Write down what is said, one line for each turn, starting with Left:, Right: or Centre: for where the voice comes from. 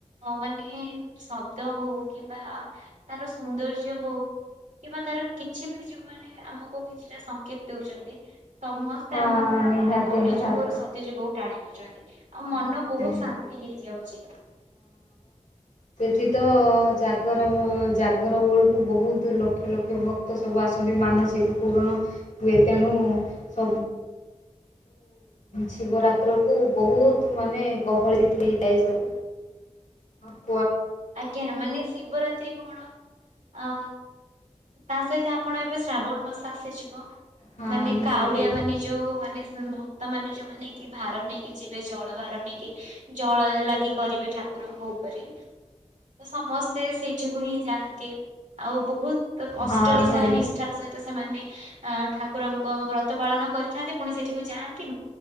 Right: ମାନେ ଶବ୍ଦ ହଉ କିମ୍ବା ତାର ସୌନ୍ଦର୍ଯ୍ୟ ହଉ କିମ୍ବା ତାର କିଛି ବି ଯୋଉମାନେ ଆମକୁ କିଛିଟା ସଙ୍କେତ ଦେଉଛନ୍ତି ସମସ୍ତେ ଟା
Left: ହଁ
Right: ଆମକୁ
Left: ନିହାତି
Right: ଏଇ କଳି
Left: ନିହାତି
Right: ଯୁଗରୁ ସତ୍ୟ ଯୁଗକୁ ଟାଣିନୋ ଛନ୍ତି
Left: ନିହାତି
Right: ଆଉ ମନ ବହୁତ
Left: ନିହାତି
Right: ଶାନ୍ତି ହେଇଯାଉଛି।
Left: ଶୀତ ଜାଗର ଜାଗର ବଳକୁ ବହୁତ ଲକ୍ଷ ଲକ୍ଷ ଭକ୍ତ ସବୁ ଆସନ୍ତି ମାନସିକ ପୂରଣ ହୁଏ ତେଣୁ ସବୁ ଶିବରାତ୍ରକୁ ବହୁତ ମାନେ ଗହଳି ସେଠି ହେଇଥାଏ ସବୁ ହଁ
Right: ଆଜ୍ଞା ମାନେ ଶିବରାତ୍ରୀ କଣ ଅ ତାସହିତ ଆପଣ ଏବେ ଶ୍ରାବଣ ମାସ ଆସିଯିବ।
Left: ହଁ
Right: ମାନେ
Left: ନିହାତି
Right: କାଉଡିଆ ମାନେ ଯୋଉ ମାନେ ତ ମାନେ ଯୋଉମାନେ କି ଭାର ନେଇକି ଯିବେ ଜଳ ଭାର ନେଇକି ଜଳ ଲାଗି କରିବେ ଠାକୁରଙ୍କ ଉପରେ ତ ସମସ୍ତେ ସେଇଠିକୁ ହିଁ ଯାଆନ୍ତି ଆଉ ବହୁତ ତ କଷ୍ଟର
Left: ହଁ ନିହାତି
Right: ସହ ନିଷ୍ଠାର ସହିତ ତ ସେମାନେ ଅ ଠାକୁରଙ୍କ ବ୍ରତ ପାଳନ କରିଥାନ୍ତି ପୁଣି ସେଠିକୁ ଯାଆନ୍ତି